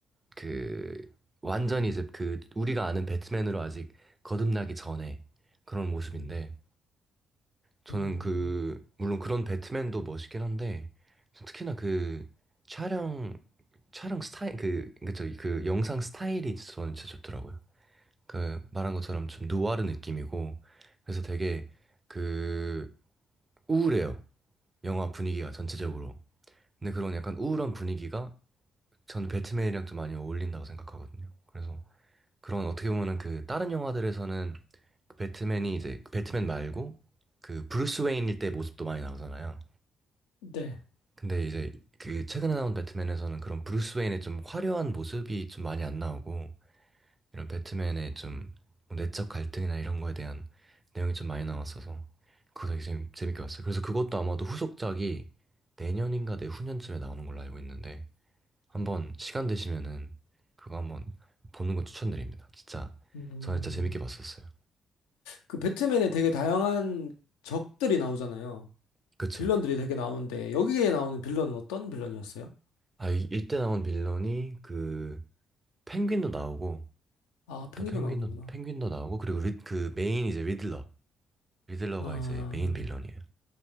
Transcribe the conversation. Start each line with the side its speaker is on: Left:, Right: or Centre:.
Right: 그 완전히 이제 그 우리가 아는 배트맨으로 아직 거듭나기 전에 그런 모습인데
Left: 음,
Right: 저는
Left: 음,
Right: 그 물론 그런 배트맨도 멋있긴 한데 특히나 그 촬영 촬영 스타일 그 그저 그 영상 스타일이 저는 진짜 좋더라고요. 그 말한 것처럼 좀 누아르 느낌이고 그래서 되게 그 우울해요. 영화 분위기가 전체적으로. 근데 그런 약간 우울한 분위기가 저는 배트맨이랑 좀 많이 어울린다고 생각하거든요. 그래서 그런 어떻게 보면은 그 다른 영화들에서는 그 배트맨이 이제 그 배트맨 말고 그 브루스 웨인일 때 모습도 많이 나오잖아요.
Left: 네.
Right: 근데 이제 그 최근에 나온 배트맨에서는 그런 브루스 웨인의 좀 화려한 모습이 좀 많이 안 나오고 이런 배트맨의 좀뭐 내적 갈등이나 이런 거에 대한 내용이 좀 많이 나왔어서 그거 되게 재밌, 재밌게 봤어요. 그래서 그것도 아마도 후속작이 내년인가 내후년쯤에 나오는 걸로 알고 있는데 한번 시간 되시면은 그거 한번 보는 거 추천드립니다. 진짜
Left: 음,
Right: 저는 진짜 재밌게 봤었어요.
Left: 그 배트맨에 되게 다양한 적들이 나오잖아요.
Right: 그쵸.
Left: 빌런들이 되게 나오는데 여기에 나오는 빌런은 어떤 빌런이었어요?
Right: 아, 이, 이때 나온 빌런이 그 펭귄도 나오고,
Left: 아, 펭귄도
Right: 더 펭귄도,
Left: 나오는구나.
Right: 펭귄도 나오고, 그리고 리, 그 메인 이제 리들러. 리들러가
Left: 아,
Right: 이제 메인 빌런이에요.